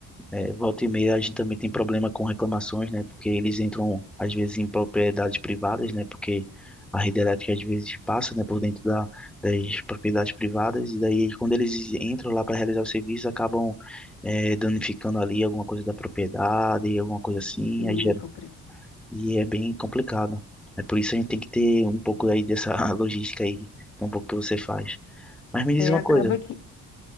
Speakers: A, in the centre; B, on the left.
A: é, volta e meia a gente também tem problema com reclamações, né? Porque eles entram às vezes em propriedades privadas, né? Porque a rede elétrica às vezes passa, né, por dentro da, das propriedades privadas e daí quando eles entram lá para realizar o serviço acabam é, danificando ali alguma coisa da propriedade, alguma coisa assim,
B: sim,
A: aí gera-
B: compreendo.
A: e é bem complicado. É por isso a gente tem que ter um pouco aí dessa <laughs> logística aí, que é um pouco que você faz. Mas me diz
B: É,
A: uma
B: acaba
A: coisa,
B: que,